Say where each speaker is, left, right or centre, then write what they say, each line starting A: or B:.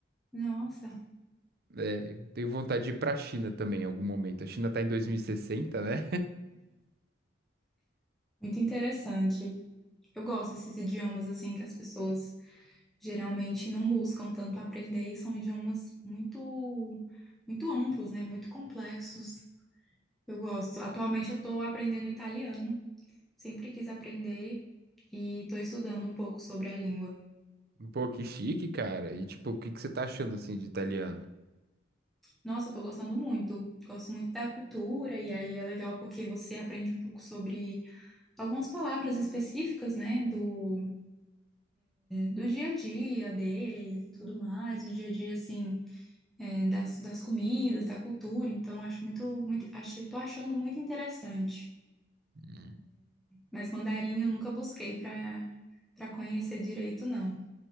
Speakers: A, in the centre; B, on the right.
A: Nossa,
B: É, eu tenho vontade de ir pra China também em algum momento. A China tá em 2060, né?
A: muito interessante. Eu gosto desses idiomas assim que as pessoas geralmente não buscam tanto aprender e são idiomas muito, muito amplos, né? Muito complexos. Eu gosto. Atualmente eu estou aprendendo italiano, sempre quis aprender e estou estudando um pouco sobre a língua.
B: Pô, que chique, cara. E tipo, o que que você tá achando assim de italiano?
A: Nossa, eu tô gostando muito. Gosto muito da cultura, e aí é legal porque você aprende um pouco sobre algumas palavras específicas, né? Do, do dia a dia deles e tudo mais. O dia a dia, assim, é, das, das comidas, da cultura, então acho muito, muito achei, tô achando muito interessante.
B: Hum.
A: Mas mandarim eu nunca busquei para para conhecer direito, não.